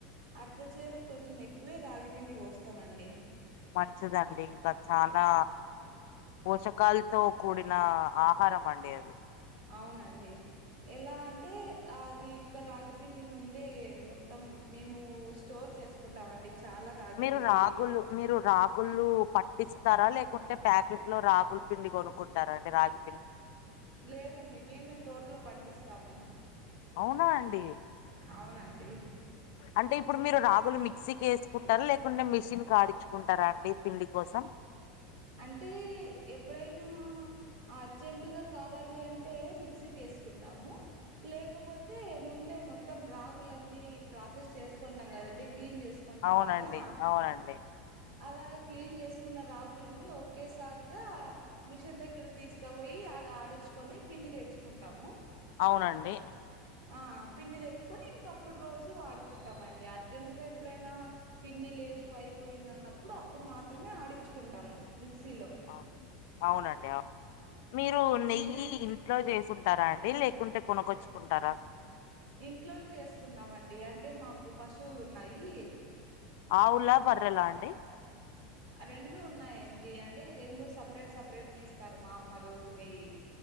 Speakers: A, on the right; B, on the left.
A: అర్ధ చేరుక్ కొంచెం ఎక్కువే రాగిపిండి పోస్తమండి
B: మంచిదండి ఇంక చాలా పోషకాలతో కూడినా ఆహారం అండి అది
A: అవునండి ఎలా అంటే అది ఇంక రాగిపిండి ముందే మొత్తం మేమూ ష్ స్టోర్ చేసుకుంటామండి చాలా రాగిపిండి
B: మీరు రాగులు మీరు రాగ్ గులు పట్టిస్తారా లేకుంటే ప్యాకెట్ లో రాగుల్ పిండి కొనుకుంటారా అండి రాగ్
A: లేదండి మేమే తోటలో పండిస్తాము
B: అవునా అండి
A: అవునండి
B: అంటె ఇప్పుడు మీరు రాగులు మిక్సీకేసుకుంటారా లేకుంటె మిషన్ కాడించుకుంటారా అండి పిండి కోసం
A: అంటే ఎప్పుడైనా అర్జెంటుగా కావాలి అంటే మిక్సీకేసుకుంటాము లేకపోతే ముందే మొత్తం రాగులన్నీ ప్రాసెస్ చేసుకుంటాం కదండి క్లీన్ చేస్ కుంటాం
B: అవునండి
A: కదా
B: అవునండి
A: అలా క్లీన్ చేసుకున్న రాగులన్నీ ఒకేసారిగా మిషన్ దగ్గర తీసుకపోయి ఆడ ఆడిచ్చుకొని పిండి తెచ్చుకుంటాము
B: అవునండి
A: ఆ పిండి తెచ్చుకొని ఇంకప్పుడు రోజు వాడుకుంటామండి అర్జెంటుగా ఎప్పుడైనా పిండి లేదు అయిపోయింది అన్నప్పుడు అప్పుడు మాత్రమే ఆడించుకుంటాము మిక్సీలో
B: ఆ అవునండి అవునండి అవును మీరు నెయ్యి
A: మేమే
B: ఇంట్లో చేసుంటారా అండి లేకుంటే కొనుకొచ్చుకుంటారా
A: ఇంట్లోనే చేసుకుంటామండి అంటే మాకు పశువులు ఉన్నాయి
B: ఆవులా బర్రెలా అండి
A: అ రెండు ఉన్నాయండి అంటే రెండు సపరేట్ సపరేట్ తీస్తారు మా అమ్మ రోజు నెయ్యి